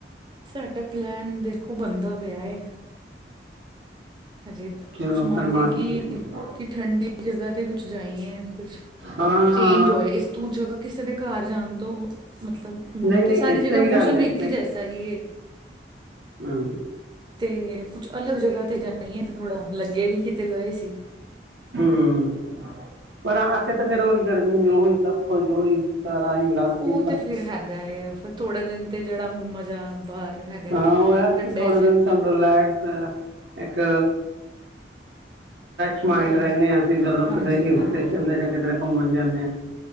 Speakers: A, on the right; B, on the right.
A: ਸਾਡਾ ਪਲੈਨ ਦੇਖੋ ਬੰਦਾ ਪਿਆ ਐ ਹਜੇ
B: ਚਲੋ
A: ਕੁਛ ਮਾਨੇ
B: ਪਰਮਾਤਮਾ
A: ਕੀ
B: ਠੀਕ
A: ਕਿ ਠੰਡੀ ਜਗਾ ਤੇ ਕੁਛ ਜਾਈਏ ਕੁਛ
B: ਹਾਂ
A: ਚੇਂਜ ਹੋਏ ਇਸ ਦੂੰ ਜਗ੍ਹਾ ਕਿਸੇ ਦੇ ਘਰ ਜਾਣ ਤੋਂ ਮਤਲਬ ਹੁਣ
B: ਨਹੀਂ
A: ਤਾਂ
B: ਨਹੀਂ
A: ਸਾਰੀ
B: ਇਹ
A: ਜਗ੍ਹਾ
B: ਸਹੀ
A: ਮੌਸਮ
B: ਗੱਲ ਹੈ
A: ਇੱਕ ਹੀ ਜੈਸਾ ਹੀ ਹੈ
B: ਹਮ
A: ਤੇ ਕੁਛ ਅਲੱਗ ਜਗ੍ਹਾ ਤੇ ਜਾਈਏ ਤੇ ਥੋੜ੍ਹਾ ਲੱਗੇ ਵੀ ਕਿਤੇ ਗਏ ਸੀ
B: ਹਮ ਪਰ ਆ ਕੇ ਤੇ ਫੇਰ ਉਹੀ ਗਰਮੀ ਉਹੀ ਸਭ ਕੁਝ ਉਹੀ ਸਾਰਾ ਹੀ ਲੱਗ
A: ਉਹ
B: ਸੀ
A: ਤੇ ਫੇਰ ਹੈਗਾ ਐ ਥੋੜੇ ਦਿਨ ਤੇ ਜਿਹੜਾ ਮਜ਼ਾ ਬਾਹਰ ਹੈਗਾ
B: ਹਾਂ ਉਹ ਹੈ
A: ਠੰਡੇ
B: ਕਿ ਥੋੜੇ
A: ਚ
B: ਦਿਨ ਸਾਨੂੰ ਰਿਲੈਕਸ ਲਾਇਕ ਇੱਕ ਸ ਮਾਈਂਡ
A: ਹਾਂਜੀ,
B: ਰਹਿੰਦੇ ਹਾਂ ਅਸੀਂ ਜਦੋਂ
A: ਹਾਂਜੀ
B: ਕਿਤੇ
A: ਬਿਲਕੁਲ
B: ਹਲ ਸਟੇਸ਼ਨ ਦੇ ਜਾਂ ਕਿਧਰ ਘੁੰਮਣ ਜਾਂਦੇ ਹਾਂ